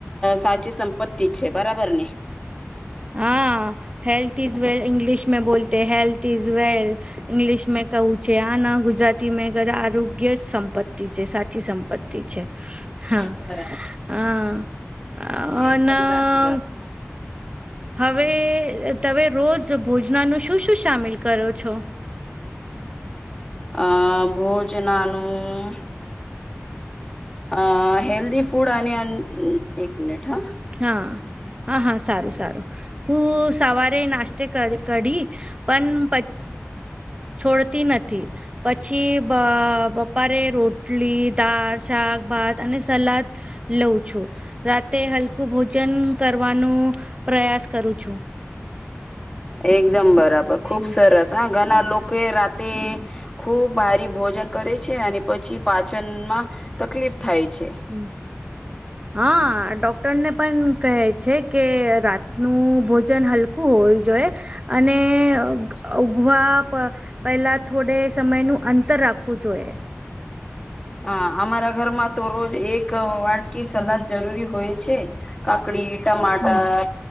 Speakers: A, on the left; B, on the right.
A: સાચી સંપત્તિ છે બરાબર ને
B: હા હેલ્થ ઇઝ વેલ ંગ્લિશ મે બોલતે હેલ્થ ઇઝ વેલ ંગ્લિશ મે કવું છે આ ના ગુજરાતી મે ઘર આરોગ્ય જ સંપત્તિ છે સાચી સંપત્તિ છે હા
A: બરાબર
B: હ
A: એકદમ
B: અના
A: સાચી વાત છે.
B: હવે તમે રોજ ભોજનાનું શું શું સામેલ કરો છો
A: આ ભોજનાનુંું અ હલ્ ફૂડ અને એક મનટ હા
B: હા હા હા સારું સારું હું સવારે નાસ્તે કઢ પણ છોડતી નથી પછી બ બપારે રોટલી દાળ શાકભાત અને સલાદ લઉં છું રાતે હલકું ભોજન કરવાનું પ્રયાસ કરું છું
A: એકદમ બરાબર ખુબ
B: હમ
A: સરસ હા ઘણા
B: હમ
A: લોકો રાતે
B: હમ
A: ખૂબ ભારી ભોજન કરે છે અને પછી પાચનમાં તકલીફ થાય છે
B: હમ હા ડોક્ટરને પણ કહે છે કે રાતનું ભોજન હલું આખું હોવ જોઈએ અને ઉઘવા પેલા થોડે સમય નું અંતર રાખવું જોઈએ
A: હા અમારા ઘરમાં તો રોજ એક વાટકી સલાદ જરૂરી હોય છે કાકડી ટમાટર
B: હમ